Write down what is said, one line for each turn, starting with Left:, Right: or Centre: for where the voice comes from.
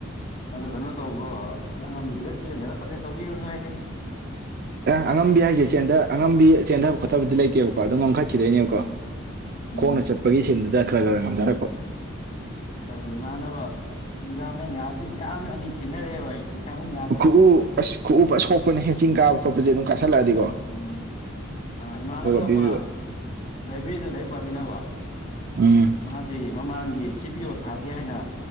Left: ꯑꯗꯨ ꯀꯩꯅꯣ ꯇꯧꯕꯣ ꯑꯉꯝꯕꯤꯗꯨꯗ ꯆꯦꯟꯊꯔꯛꯄꯗ ꯇꯧꯕꯤꯔꯨꯅꯨ ꯍꯥꯏꯁꯤꯅꯤ
Right: ꯑꯦ ꯑꯉꯝꯕꯤ ꯍꯥꯏꯖꯦ ꯆꯦꯟꯗ ꯑꯉꯝꯕꯤ ꯆꯦꯟꯊꯕ ꯈꯣꯊꯕꯗꯤ ꯂꯩꯇꯦꯕ ꯀꯣ ꯑꯗꯨꯝ ꯉꯝꯈꯠꯈꯤꯗꯣꯏꯅꯦꯕꯀꯣ
Left: ꯎꯝ ꯎꯝ
Right: ꯈꯣꯡꯅ ꯆꯠꯄꯒꯤ ꯁꯤꯟꯗꯨꯗ ꯈꯔ ꯈꯔ ꯉꯝꯊꯔꯛꯄ
Left: ꯍꯥꯏꯗꯤ ꯏꯃꯥꯟꯅꯕ ꯂꯤꯒꯥꯔꯃꯦꯟ ꯌꯥꯗꯦ ꯌꯥꯝ ꯑꯅꯤ ꯊꯦꯡꯅꯔꯛꯑꯦꯕ ꯑꯩ ꯂꯤꯒꯥꯃꯦꯟ ꯌꯥꯗꯕ
Right: ꯈꯨꯎ ꯑꯁ ꯈꯨꯎ ꯐꯖꯟ ꯁꯣꯛꯄꯅꯦꯍꯦ ꯆꯤꯡ ꯀꯥꯕ ꯈꯣꯠꯄꯖꯦ ꯑꯗꯨꯝ ꯀꯥꯥꯁꯜꯂꯛꯑꯗꯤꯀꯣ
Left: ꯎꯝ ꯏꯃꯥꯟꯅꯕ
Right: ꯄꯤꯕꯤꯕ
Left: ꯑꯃ ꯂꯥꯏꯕ꯭ꯔꯦꯔꯤꯗ ꯂꯥꯏꯔꯤꯛ ꯄꯥꯝꯃꯤꯟꯅꯕ
Right: ꯎꯝ
Left: ꯃꯥꯖꯤ ꯃꯃꯥꯡꯒꯤ ꯁꯤ ꯄꯤ ꯑꯣ ꯊꯥꯒꯦ ꯍꯥꯏꯅ